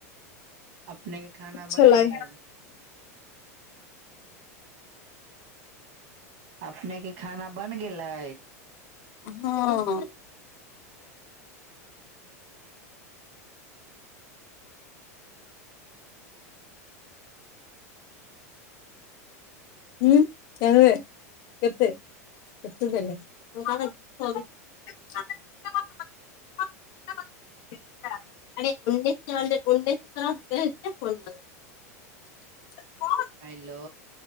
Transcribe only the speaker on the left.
छलै
हँ हतत छल उ उन्ै ते